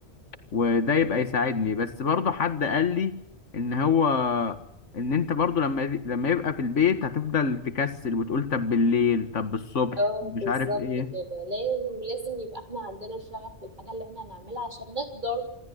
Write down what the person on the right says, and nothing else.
اه
بالظبط
كده لازم لازم يبقى احنا عندنا شغف في الحاجة اللي احنا هنعملها عشان نقدر